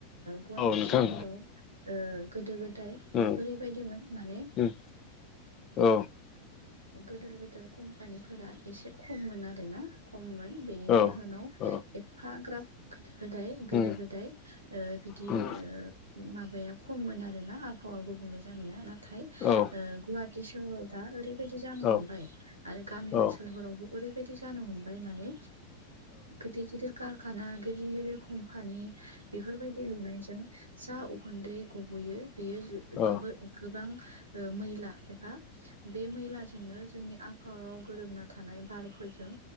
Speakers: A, on the right (about 75°); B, on the left (about 30°).
A: गुवाहाटी
B: औ नोंथां
A: सोहोराव गोदो गोदाय
B: उम
A: ओरैबायदिमोन माने
B: उम औ
A: गोदोर गोदोर कम्पानिफोरा एसे खममोन आरोना खममोन बेनि
B: औ
A: जाहोनाव
B: औ
A: एफाग्राब गोदो गोदाय गोदो
B: उम
A: गोदाय बिदि
B: उम
A: माबाया खममोन आरो ना आबहावा गुबुंले जानाया नाथाय
B: औ
A: गुवाहाटी सहराव दा ओरैबायदि जानो
B: औ
A: हमबाय
B: उम
A: आरो गामि
B: औ
A: ओनसोलफोरावबो
B: औ
A: ओरैबायदि जानो हमबाय माने गिदिर गिदिर कारखाना गिदिर गिदिर कम्पानि बेफोरबायदि लुनायजों जा उखुन्दै गबयो बेयो
B: उम औ
A: गोबोर गोबां मैला एबा बे मैलाजोंनो जोंनि आब फाङाव गोरोबना थानाय बारफोरजों